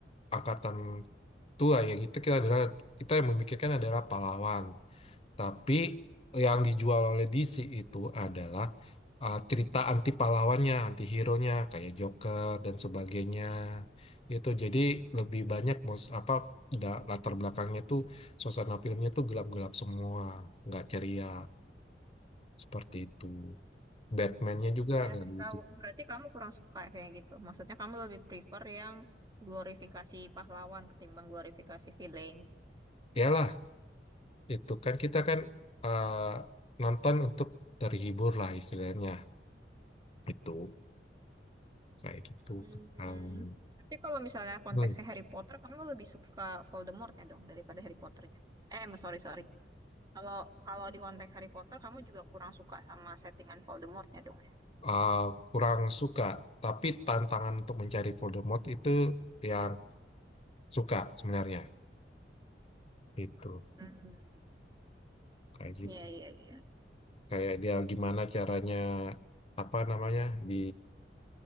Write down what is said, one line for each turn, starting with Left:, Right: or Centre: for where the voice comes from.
Left: angkatan tua ya gitu kita adalah kita yang memikirkan adalah pahlawan. Tapi yang dijual oleh DC itu adalah uh, cerita anti pahlawannya, anti hero-nya kayak Joker dan sebagainya. Itu jadi lebih banyak mus apa da- latar belakangnya tuh suasana filmnya tuh gelap-gelap semua, nggak ceria seperti itu. Batman-nya juga
Right: Ya,
Left: nggak
Right: aku tahu.
Left: gitu.
Right: Berarti kamu kurang suka ya kayak gitu. Maksudnya kamu lebih prefer yang glorifikasi pahlawan ketimbang glorifikasi villain.
Left: Iyalah itu kan kita kan eh, nonton untuk terhibur lah istilahnya itu kayak gitu
Right: Hmm.
Left: Um,
Right: Tapi kalau misalnya konteksnya
Left: hmm.
Right: Harry Potter, kamu lebih suka Voldemortnya dong daripada Harry Potternya. Eh, em, sorry, sorry. Kalau kalau di konteks Harry Potter, kamu juga kurang suka sama settingan Voldemortnya dong ya.
Left: Uh, kurang suka tapi tantangan untuk mencari Voldemort itu yang suka sebenarnya gitu
Right: Hmm.
Left: kayak gitu
Right: Iya, iya, iya.
Left: kayak dia gimana caranya apa namanya di